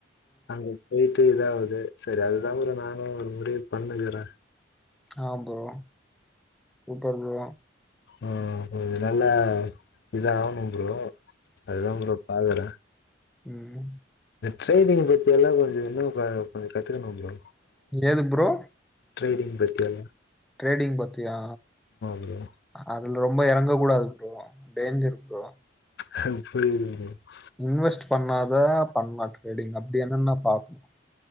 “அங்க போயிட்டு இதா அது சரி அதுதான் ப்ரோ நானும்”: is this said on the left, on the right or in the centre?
Left